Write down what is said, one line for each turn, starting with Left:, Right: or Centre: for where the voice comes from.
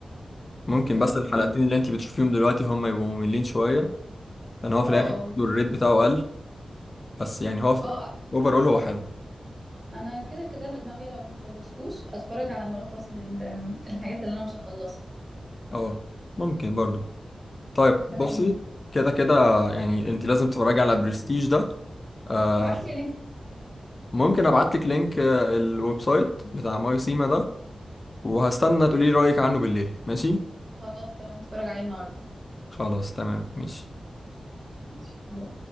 Left: ممكن
Right: ده
Left: بس الحلقتين
Right: ممكن
Left: اللي أنت بتشوفيهم دلوقتي هم يبقوا مملين شوية لأن هو في
Right: اه
Left: الآخر
Right: اه
Left: برضه الريت بتاعه قل بس يعني هو
Right: اه آه،
Left: أوفرول هو حلو
Right: انا كده كده ناويه لو ما خلصتوش اتفرج على ملخص للحاجات اللي انا مش هخلصها
Left: أه ممكن برضه طيب
Right: تمام
Left: بصي كده كده يعني انت لازم تتفرجي على برستيج ده آه
Right: بعتلي لينك
Left: ممكن ابعت لك لينك آه، الويب سايت بتاع ماي سيما ده وهستنى تقولي لي رأيك عنه بالليل ماشي
Right: خلاص تمام هتفرج عليه النهارده
Left: خلاص تمام ماشي
Right: ماشي باي.